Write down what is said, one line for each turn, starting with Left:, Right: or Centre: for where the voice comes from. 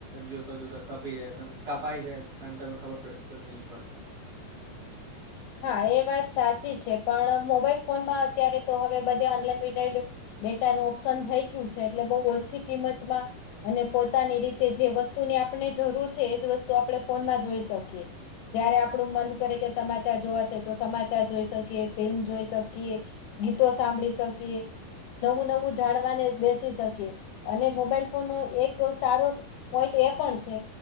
Right: જોતા જોતા કપી જાય ત કપાઈ જાય અને તમે ખબર ન પડે
Left: હા એ વાત સાચી છે પણ મોબાઈલ ફોનમાં અત્યારે તો હવે બધે અનલિમિટેડ ડેટા નું ઓપ્શન થઈ ગયું છે એટલે બઉુ ઓછી કિંમતમાં અને પોતાની રીતે જે વસ્તુની આપણે જરૂર છે એજ વસ્તુ આપડણે ફોનમાં જોઈ શકી જ્યારે આપણું મન કરે કે સમાજ મા જોવા છે તો સમાચાર જોઈ શકીએ ફિલ્મ જોઈ શકીએ ગીતો સાંભળી શકીએ નવું નવું જાણવાને બેસી શકી અને મોબાઈલ ફોન ન એક સારો પોઈટ એ પણ છે